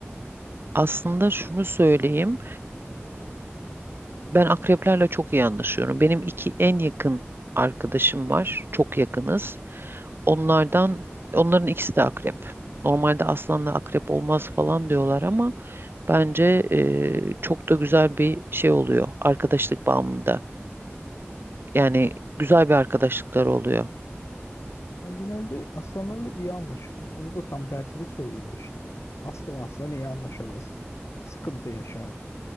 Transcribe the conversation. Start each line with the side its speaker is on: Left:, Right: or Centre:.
Right: aslında şunu söyleyeyim. Ben akreplerle çok iyi anlaşıyorum. Benim iki en yakın arkadaşım var. Çok yakınız. Onlardan, onların ikisi de akrep. Normalde aslanla akrep olmaz falan diyorlar ama bence eee, çok da güzel bir şey oluyor arkadaşlık bağımında. Yani güzel bir arkadaşlıklar oluyor.
Left: Ben genelde aslanlarla iyi anlaşırım. Onu da tam tersini söylüyorlar işte. Aslan aslan iyi anlaşamaz. Sıkıntı yaşar.